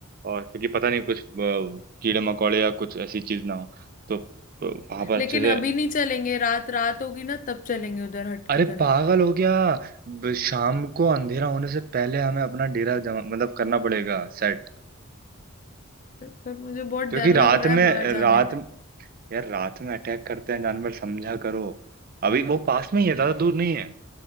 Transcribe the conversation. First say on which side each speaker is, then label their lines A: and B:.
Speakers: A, on the right (about 45°); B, on the left (about 40°).
A: और क्योंकि पता नहीं कुछ अ, कीड़े मकोड़े या कुछ ऐसी चीज ना हो तो वहां पर
B: लेकिन
A: अच्छे से
B: अभी नहीं चलेंगे रात रात होगी ना तब चलेंगे उधर हट
A: अरे
B: की तरफ
A: पागल हो गया ब- शाम को अंधेरा होने से पहले हमें अपना डेरा जमा मतलब करना पड़ेगा सेट
B: पर पर मुझे बहुत
A: क्योंकि
B: डर
A: रात
B: लग रहा है
A: में
B: बाहर जाने
A: रात
B: में
A: यार रात में अटैक करते हैं जानवर समझा करो अभी वो पास में ही है ज्यादा दूर नहीं है